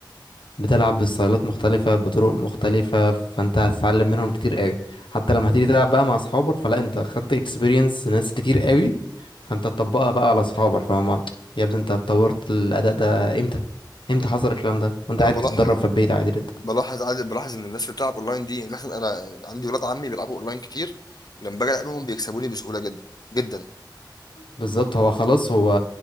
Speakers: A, on the left; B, on the left.
A: بتلعب بستايلات مختلفة بطرق مختلفة فانت هتتعلم منهم كتير قوي حتى لما هتيجي تلعب بقى مع اصحابك فلا انت خدت اكسبيرينس ناس كتير قوي فانت تطبقها بقى على اصحابك فاهم يا ابني انت اتطورت الاداء ده امتى امتى حصل الكلام ده وانت
B: انا
A: قاعد
B: بلاحظ
A: بتتدرب في البيت عادي جدا
B: بلاحظ عاد- بلاحظ ان الناس اللي بتلعب اونلاين دي يعني مثلا انا عندي ولاد عمي بيلعبوا اونلاين كتير لما باجي العبهم بيكسبوني بسهوله جدا جدا
A: بالظبط هو خلاص هو